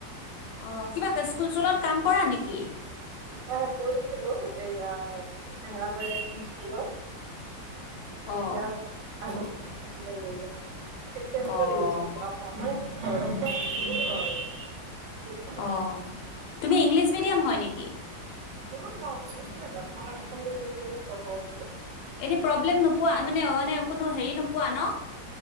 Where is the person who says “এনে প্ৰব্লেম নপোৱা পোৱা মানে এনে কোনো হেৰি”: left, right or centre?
Left